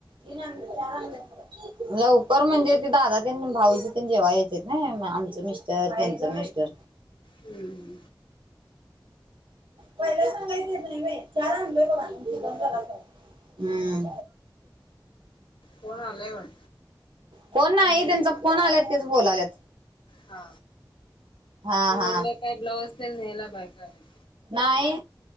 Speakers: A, on the right; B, on the left.
A: तन लवकर म्हणजे ते दादा त्यां भाऊजी त्यां जेव्हा यायचेत ना आमचं मिस्टर त्यांचं मिस्टर
B: हम्म
A: पहिला सांगायचेत नाही बा चार लोक
B: हम्म
A: म्ह
B: कोण आलाय बग
A: कोण नाही त्यांचा कोण आल्यात तेच बोलालेत
B: हा
A: हा
B: मी म्हटलं
A: हा
B: काय ब्लाऊज तेल नयला बाय करायच
A: नाही